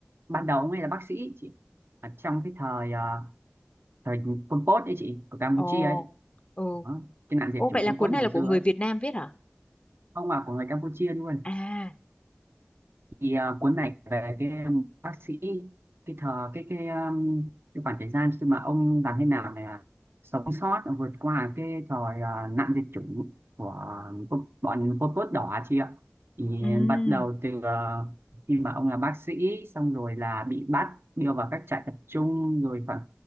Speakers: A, on the right (about 75°); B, on the left (about 30°).
A: Ban đầu ông ấy là bác sĩ chị. Ở trong cái thời ờ, thời Pol Pot ấy chị của Campuchia
B: ồ
A: ấy chị.
B: ừ
A: Đó, cái nạn diệt
B: ô
A: chủng
B: vậy là
A: Pol
B: cuốn
A: Pot
B: này
A: ngày
B: là của
A: xưa
B: người
A: ấy.
B: Việt Nam viết hả
A: Ông là của người Campuchia luôn.
B: à
A: thì à, cuốn này về cái um, bác sĩ cái thờ cái cái um, cái khoảng thời gian khi mà ông làm thế nào để à, sống sót à, vượt qua cái thời à, nạn diệt chủng của cô- bọn Pol Pot đỏ chị ạ thì
B: ừ
A: bắt đầu từ à, khi mà ông là bác sĩ xong rồi là bị bắt đưa vào các trại tập trung rồi khoảng